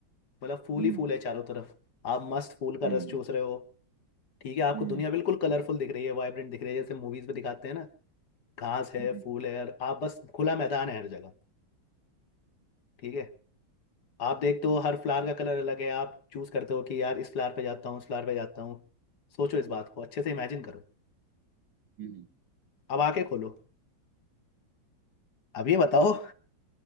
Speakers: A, on the left; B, on the right.
A: मतलब फूल
B: हम्म
A: ही फूल है चारों तरफ आप मस्त फूल का
B: हम्म
A: रस चूस रहे हो ठीक है आपको
B: हम्म
A: दुनिया बिल्कुल कलरफुल दिख रही है वाइब्रेंट दिख रही है जैसे मूवीज में दिखाते हैं ना घास है
B: हम्म
A: फूल है और आप बस खुला मैदान है हर जगह ठीक है आप देखते हो हर फ्लावर का कलर अलग है आप चूज करते हो कि यार इस फ्लावर पे जाता हूँ उस फ्लावर पे जाता हूँ सोचो इस बात को अच्छे से इमेजिन करो
B: हम्म।
A: अब आंखें खोलो अब ये बताओ